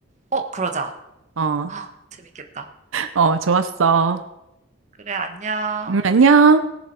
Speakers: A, on the right (about 35°); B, on the right (about 80°).
A: 어, 그러자.
B: 어,
A: 아, 재밌겠다.
B: 어, 좋았어.
A: 그래, 안녕.
B: 음, 안녕.